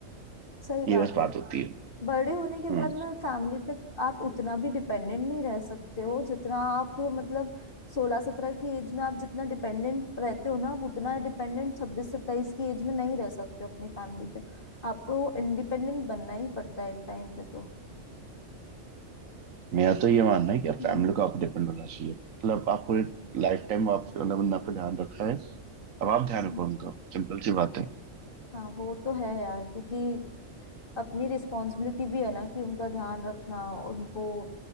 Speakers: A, on the left; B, on the right.
A: सही बात
B: ये बस बात
A: है
B: होती है
A: बड़े होने के बाद
B: हम्म
A: ना फैमिली पे आप उतना भी डिपेंडेंट नहीं रह सकते हो जितना आप मतलब सोलह सत्रह की एज में आप जितना डिपेंडेंट रहते हो ना आप उतना डिपेंडेंट छब्बीस सत्ताईस की एज में नहीं रह सकते हो अपनी फैमिली पे आपको इंडिपेंडेंट बनना ही पड़ता है एक टाइम पे तो
B: मेरा तो ये मानना है कि आप
A: हम्म
B: फैमिली को आप डिपेंड होना चाहिए मतलब आप पूरे लाइफ टाइम आप मतलब उन पे ध्यान रखा है अब आप ध्यान
A: हम्म।
B: रखो उनका सिंपल सी बात है
A: हाँ वो तो है यार क्योंकि अपनी रिस्पॉन्सिबिलिटी भी है ना कि उनका ध्यान रखना उनको